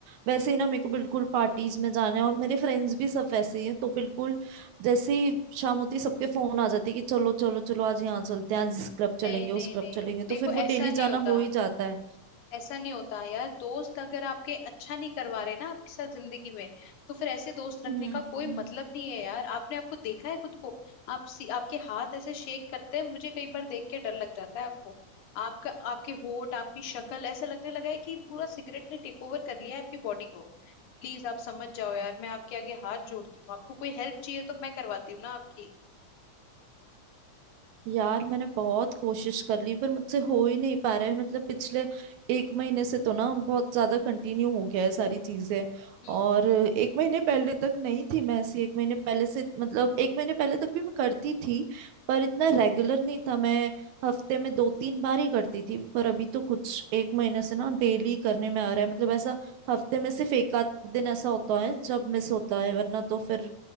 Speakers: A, on the right; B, on the left.
A: वैसे ही ना मेरे को बिल्कुल पार्टीज में जाना है और मेरे फ्रेंड्स भी सब वैसे ही हैं तो बिल्कुल जैसे ही शाम होती है सबके फोन आ जाते हैं कि चलो चलो चलो आज यहाँ चलते हैं आज इस क्लब चलेंगे
B: नहीं नहीं
A: उस क्लब
B: नहीं
A: चलेंगे तो
B: देखो
A: फिर वो डेली
B: ऐसा नहीं
A: जाना
B: होता
A: हो ही जाता है
B: ऐसा नहीं होता यार दोस्त अगर आपके अच्छा नहीं करवा रहे ना आपके साथ जिंदगी में तो फिर ऐसे दोस्त रखने
A: हम्म
B: का कोई मतलब नहीं है यार आपने आपको देखा है खुद को आप सी, आपके हाथ ऐसे शेक करते हैं मुझे कई बार देख के डर लग जाता है आपको आपका आपके होठ आपकी शक्ल ऐसा लगने लगा है कि पूरा सिगरेट ने टेक ओवर कर लिया है आपकी बॉडी को प्लीज आप समझ जाओ यार मैं आपके आगे हाथ जोड़ती हूँ आपको कोई हेल्प चाहिए तो मैं करवाती हूँ ना आपकी
A: यार मैंने बहुत कोशिश कर ली पर मुझसे हो ही नहीं पा रहा है मतलब पिछले एक महीने से तो ना बहुत ज्यादा कंटिन्यू हो गया है सारी चीजें
B: हम्म।
A: और एक महीने पहले तक नहीं थी मैं ऐसी एक महीने पहले से मतलब एक महीने पहले तक भी मैं करती थी पर इतना रेगुलर नहीं था मैं हफ्ते में दो तीन बार ही करती थी पर अभी तो कुछ एक महीने से ना डेली करने में आ रहा है मतलब ऐसा हफ्ते में सिर्फ एक आध दिन ऐसा होता है जब मिस होता है वरना तो फिर